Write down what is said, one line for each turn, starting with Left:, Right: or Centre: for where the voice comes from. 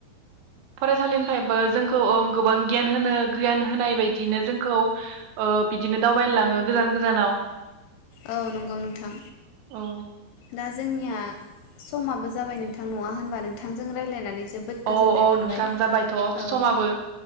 Right: फरायसालिनिफ्रायबो जोंखौ औ गोबां गियान होनो गियान होनाय बायदियैनो जोंखौ ओ बिदिनो दावबायनो लाङो गोजान गोजानाव
Left: औ नंगौ नोंथां।
Right: औ
Left: दा जोंनिया समाबो जाबाय नोंथां नङा होनबा नोंथांजों रायलायनानै जोबोद
Right: औ
Left: गोजोननाय
Right: औ
Left: मोनबाय
Right: नोंथां जाबायथ'
Left: औ
Right: समाबो